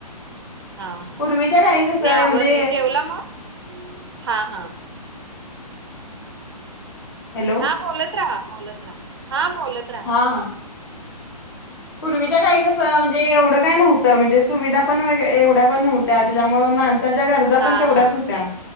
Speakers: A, on the right; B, on the left.
A: हा हा.
B: पूर्वीच्या काळी कसं
A: नाही आवर,
B: म्हणजे
A: जेवला मग? हा हा.
B: हॅलो
A: हा बोलत राहा बोलत राहा. हा बोलत राहा
B: हां. पूर्वीच्या काळी कसं म्हणजे एवढं काय नव्हतं. म्हणजे सुविधा पण वई एवढ्या पण नव्हत्या त्याच्यामुळे माणस त्यांच्या गरजा
A: हा
B: पण तेवढ्याच
A: हा
B: होत्या,